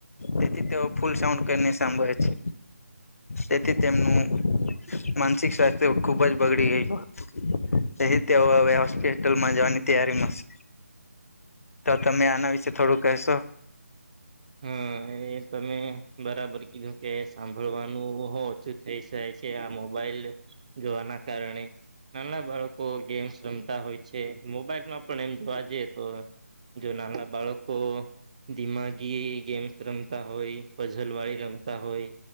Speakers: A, on the left (about 65°); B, on the right (about 25°).
A: તેથી તેઓ ફૂલ સાઉન્ડ કરીને સાંભળે છે તેથી તેમનું માનસિક સ્વાસ્થ્ય ખુબ જ બગડી ગય હોત અહી તેઓ હવે હોસ્પિટલમાં જવાની તૈયારીમાં શે તો તમે આના વિશે થોડું કહેશો.
B: હા એ તમે બરાબર કીધું કે સાંભળવાનું ઓછું થઈ જાય છે આ મોબાઈલ જોવાના કારણે નાના બાળકો ગેમ્સ રમતા હોય છે મોબાઈલમાં પણ એમ જોવા જઈએ તો જો નાના બાળકો દિમાાગી ગેમ્સ રમતા હોય પઝલવાળી રમતા હોય